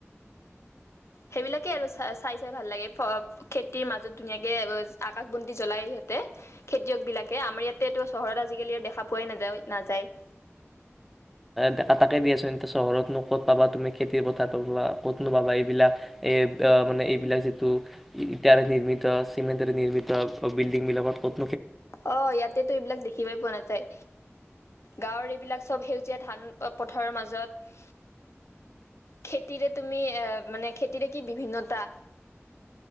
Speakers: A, on the left (about 70°); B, in the centre.
A: সেইবিলাকে আৰু চাই-চাই ভাল লাগে, খেতিৰ মাজত ধুনীয়াকে আকাশবন্তি জলায় সিহঁতে, খেতিয়কবিলাকে আমাৰ ইয়াতেটো চহৰত আজিকালি আৰু দেখা পোৱাই নযায়-নাযায়।
B: তা-তাকে দিয়াচোন এতিয়া চহৰতনো ক'ত পাবা তুমি খেতিৰ পথাৰ পাবা, ক'তনো পাবা এইবিলাক, এই মানে এইবিলাক যিটো ইটাৰে নিৰ্মিত, চিমেণ্টৰে নিৰ্মিত বিল্ডিং বিলাকত ক'ত
A: অ' ইয়াতেতো এইবিলাক দেখিবই পোৱা নাযায়। গাঁৱৰ এইবিলাক চব সেউজীয়া ধান-পথাৰৰ মাজত খেতিৰে তুমি এ, মানে খেতিৰে কি বিভিন্নতা!